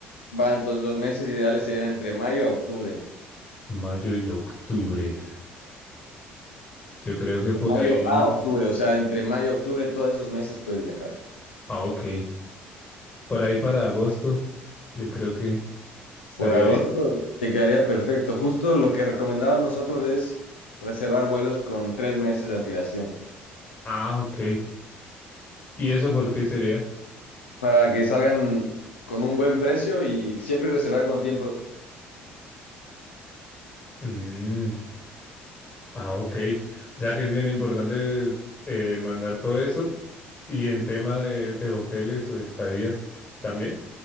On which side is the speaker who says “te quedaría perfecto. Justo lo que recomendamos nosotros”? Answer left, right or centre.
Left